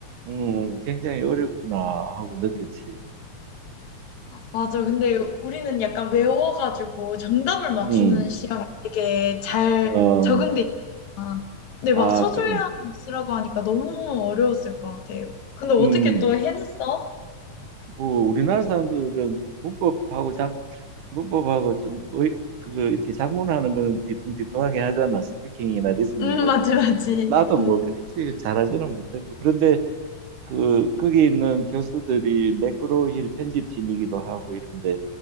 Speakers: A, on the right; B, on the left.
A: 음, 굉장히 어렵구나 하고 느꼈지.
B: 맞아. 근데 우리는 약간 외워가지고 정답을 맞추는
A: 음.
B: 시험에 되게 잘
A: 아, 어,
B: 적응돼 있잖아. 근데
A: 아,
B: 막 서술형
A: 그런.
B: 쓰라고 하니까 너무 어려웠을 것 같아. 근데 어떻게
A: 음.
B: 또 해냈어?
A: 뭐 우리나라 사람들은 문법하고 자, 문법하고 좀 의, 그거 이렇게 작문하는 거는 뒤뚱뒤뚱하게 하잖아. 스피킹이나 리스닝보다.
B: 음, <laughs> 맞지, 맞지.
A: 나도
B: 음,
A: 뭐 그렇지 잘하지는 못했고 그런데 그 거기 있는 교수들이 매크로힐 편집진이기도 하고 이런데